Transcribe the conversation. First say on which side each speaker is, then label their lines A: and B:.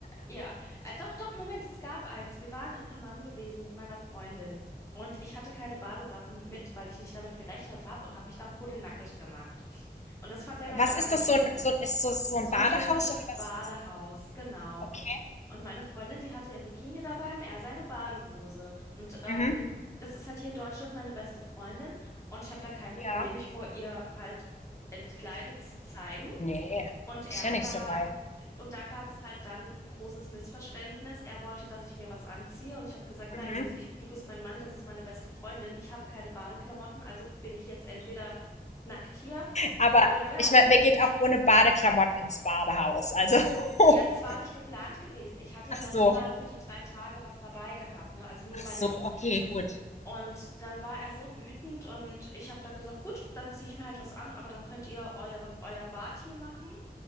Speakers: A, on the left; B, on the left.
A: Ja, äh, doch, doch, Moment, es gab eins. Wir waren im Hammam gewesen mit meiner Freundin. Und ich hatte keine Badesachen mit, weil ich nicht damit gerechnet habe und habe mich dann pudelnackig gemacht. Und das fand er dann
B: Was
A: gar
B: ist
A: nicht
B: das so
A: toll.
B: ein so ein ist das so 'n
A: So
B: Badehaus
A: ein türkisches
B: oder
A: Badehaus,
B: was ist das?
A: genau.
B: Okay.
A: Und meine Freundin, die hatte ihren Bikini dabei und er seine Badehose. Und ähm,
B: Mhm.
A: das ist halt hier in Deutschland meine beste Freundin. Und ich habe dann kein Problem,
B: Ja.
A: mich vor ihr halt entkleidet zu zeigen.
B: Ne,
A: Und
B: ist
A: er
B: ja
A: hat
B: nichts
A: aber,
B: dabei.
A: und da gab es halt dann ein großes Missverständnis. Er wollte, dass ich mir was anziehe und ich habe gesagt, nein,
B: Mhm.
A: wir, ich, du bist mein Mann, das ist meine beste Freundin. Ich habe keine Badeklamotten, also bin ich jetzt entweder nackt hier
B: Aber
A: oder gar
B: ich meine,
A: nicht.
B: wer geht auch ohne Badeklamotten ins Badehaus? Also <laughs>
A: Ja, das war nicht geplant gewesen. Ich hatte
B: ach
A: ja noch
B: so,
A: nicht mal für die drei Tage was dabei gehabt, ne? Also nur
B: ach
A: meine.
B: so, okay, gut.
A: Und dann war er so wütend und ich habe dann gesagt, gut, dann ziehe ich mir halt was an, aber dann könnt ihr euren, euer Bad hier machen.